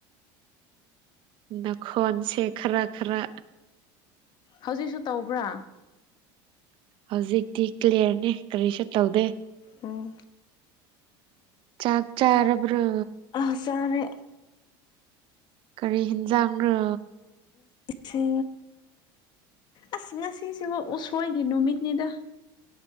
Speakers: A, on the right (about 45°); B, on the left (about 40°).
A: ꯅꯈꯣꯟꯁꯦ ꯈꯔ ꯈꯔ
B: ꯍꯧꯖꯤꯛꯁꯨ ꯇꯧꯕ꯭ꯔꯥ
A: ꯍꯧꯖꯤꯛꯇꯤ ꯀ꯭ꯂꯤꯌꯥꯂꯤꯌꯥꯔꯅꯤ ꯀꯔꯤꯁꯨ ꯇꯧꯗꯦ
B: ꯑꯣ
A: ꯆꯥꯛ ꯆꯥꯔꯕ꯭ꯔꯣ
B: ꯑꯁꯥꯅꯦ
A: ꯀꯔꯤ ꯍꯦꯟꯖꯥꯡꯅꯣ
B: ꯁꯤ ꯑꯁ ꯉꯁꯤꯁꯤꯕꯨ ꯎꯁꯣꯏꯒꯤ ꯅꯨꯃꯤꯠꯅꯤꯗ